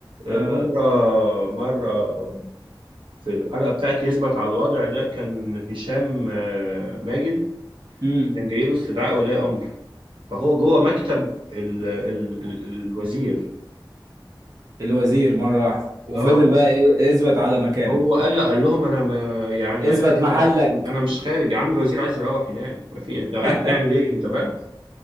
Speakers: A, on the right; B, on the right.
A: مرة
B: اه
A: مرة في الحلقة بتاعت يثبت على الوضع ده كان هشام آه، ماجد
B: امم
A: كان جاي له استدعاء ولي امر فهو جوه مكتب ال... ال... ال- الوزير
B: الوزير مرة واحدة وفضل
A: اه
B: بقى ايه اثبت على مكانك
A: هو قال قال لهم انا ما يعني
B: اثبت
A: أكل
B: محلك
A: ما أكلهم. انا مش خارج يا عم الوزير عايز يروح ينام ما في انت قاعد
B: <laughs>
A: بتعمل ايه انت فاهم